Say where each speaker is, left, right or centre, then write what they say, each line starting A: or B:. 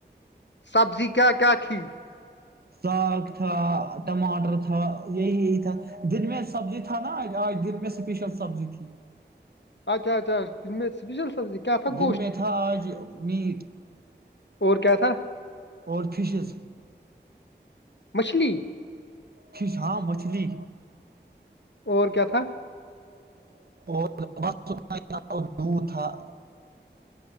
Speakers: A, on the left; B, on the right.
A: سبزی کیا کیا تھی
B: ساگ تھا ٹماٹر تھا یہی یہی تھا دن میں سبزی تھا نا آج آج دن میں اسپیشل سبزی تھی
A: چچا ت میں اسپیشل سبزی کیا تھا
B: دن
A: گوشت
B: میں تھا آج میٹ
A: اور کیا تھا
B: اور فشز
A: مچھلی
B: فھشاں مچھلی
A: اور کیا تھا
B: <unintelligible>